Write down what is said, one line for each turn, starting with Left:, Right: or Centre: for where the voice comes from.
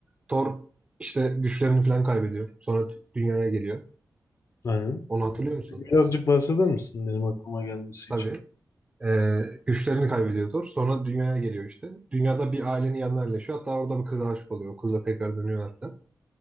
Right: Thor işte güçlerini falan kaybediyor. Sonra dünyaya geliyor.
Left: aynen.
Right: Onu hatırlıyor musun?
Left: Birazcık bahseder misin benim aklıma gelmesi
Right: Tabii.
Left: için?
Right: Ee, güçlerini kaybediyor Thor. Sonra dünyaya geliyor işte. Dünyada bir ailenin yanına yerleşiyor. Hatta orada bir kıza aşık oluyor. O kızla tekrar dönüyor hatta.